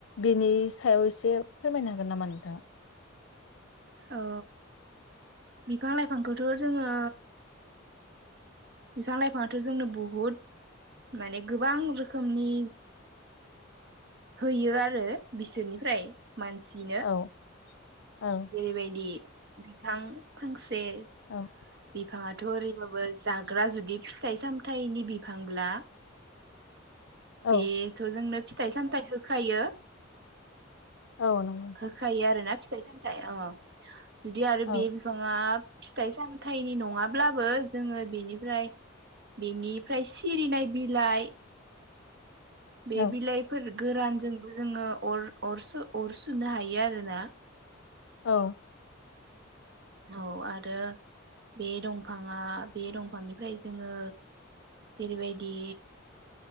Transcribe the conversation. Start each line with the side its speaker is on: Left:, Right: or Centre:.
Left: बेनि सायाव एसे फोरमायनो हागोन नामा नोंथाङा?
Right: औ बिफां लाइफांखौथ' जोङो बिफां लाइफाङाथ' जोंनो बहुद माने गोबां रोखोमनि होयो आरो बिसोरनिफ्राय मानसिनो
Left: औ औ
Right: जेरैबायदि बिफां फांस से बि
Left: औ
Right: बिफाङाथ' ओरैबाबो जाग्रा जुदि फिथाइ सामथाइनि बिफांब्ला
Left: औ
Right: बेथजोंनो फिथाइ सामथाइ होखायो
Left: औ नंगौ नोंथां
Right: होखायो आरोना फिथाइ सामथाइ अ जुदि आरो
Left: औ
Right: बे बिफाङा फिथाइ सामथाइनि नङाब्लाबो जोङो बेनिफ्राय बेनिफ्राय सिरिनाय बिलाइ बे
Left: औ
Right: बिलाइफोर गोरानजोंबो जोङो अर अर अर सुनो हायो आरोना
Left: औ
Right: औ आरो बे दंफाङा बे दंफांनिफ्राय जोङो जेरैबायदि